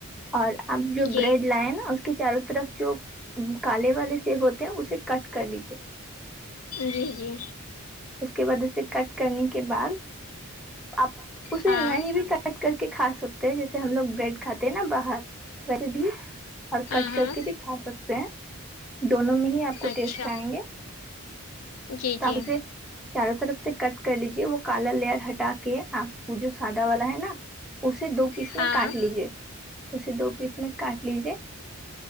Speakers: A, in the centre; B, on the left (about 80°).
A: اور اپ جو
B: جی
A: بریڈ لائے نا اس کے کے چاروں طرف جو کالے والے سیب ہوتے ہیں اسے کٹ کر لیجیے
B: جی جی
A: اس کے بعد اسے کٹ کرنے کے بعد آپ اسے
B: ہاں
A: نہیں بھی کٹ کٹ کر کے کھا سکتے ہیں جیسے ہم لوگ بریڈ کھاتے ہیں نا باہر ویسے بھی اور کٹ
B: ہاں
A: کر
B: ہاں
A: کے بھی کھا سکتے ہیں دونوں میں ہی آپ کو
B: اچھا
A: ٹیسٹ آئیں گے
B: جی
A: تو
B: جی
A: آپ اسے چاروں طرف سے کٹ کر لیجے وہ کالا لیئر ہٹا کے آ وہ جو سادہ والا ہے نا اسے دو پیس
B: ہاں
A: میں کاٹ لیجے اسے دو پیس میں کاٹ لیجیے